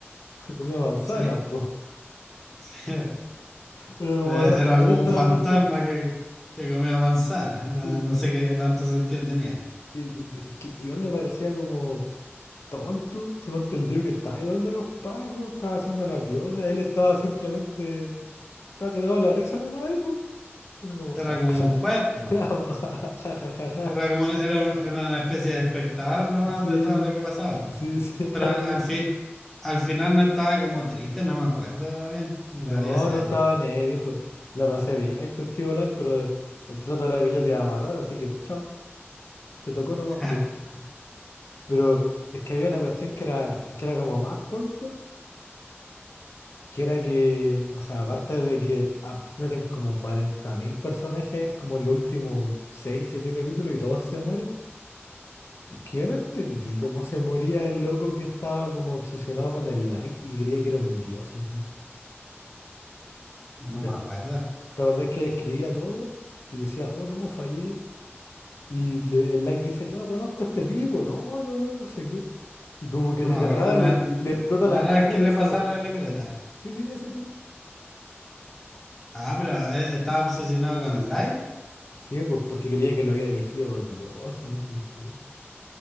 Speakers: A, on the left; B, in the centre.
A: <laughs> Comía manzanas,
B: Sí. <laughs>
A: po.
B: Sí. Eh,
A: Era como
B: Era
A: <laughs> adicto
B: como un fantasma
A: a las manzanas.
B: que, que comía manzanas. No,
A: <laughs>
B: no sé qué tanto sentido tenía.
A: Sí, sí, sí. Y, y- es que igual me parecía como tonto. Suponte el Ryuk que estaba ayudando a los pacos, estaba haciendo la piola. Él estaba simplemente. Estaba cagado de la risa nomás, ahí, po. Era como.
B: Era
A: Ja,
B: como
A: <laughs>
B: un juez, pues.
A: ja, ja, ja, ja, ja.
B: Era como, era, un- era una especie de espectador nomás
A: Sí,
B: de todo lo que pasaba. po.
A: sí, sí. <laughs>
B: Pero
A: Cada
B: al
A: rato
B: fin, al final no estaba como triste, no me acuerdo bien. Lo
A: No,
B: vi hace
A: no
B: años.
A: estaba en él, dijo. La pasé bien contigo, Light, pero el trato era que yo te iba a matar, así que chao. Te tocó nomás,
B: <laughs>
A: pues. Pero es que había una cuestión que era, que era como más tonta, que era que, o sea, aparte de que ap- meten como 40.000 personajes como en los últimos 6, 7 capítulos y todos se mueren, es que yo no entendí cómo se moría el loco que estaba como obsesionado con el Light y que creía que era un dios, así.
B: No
A: ¿Te,
B: me acuerdo.
A: te acordás que escribía todo y decía, oh no, fallé? Y le- el like dice, yo no conozco a este tipo, no, no, no, no sé qué. Y como que
B: No
A: de
B: me
A: la
B: acuerdo,
A: nada
B: no,
A: le, le explota
B: no
A: la
B: era
A: mano
B: que
A: y le
B: le
A: sale
B: pasaba
A: sangre.
B: la libreta.
A: Sí, sí, ese pues.
B: Ah, pero eh, estaba obsesionado con Light.
A: Sí, pues porque creía que lo había elegido Dios, no sé qué.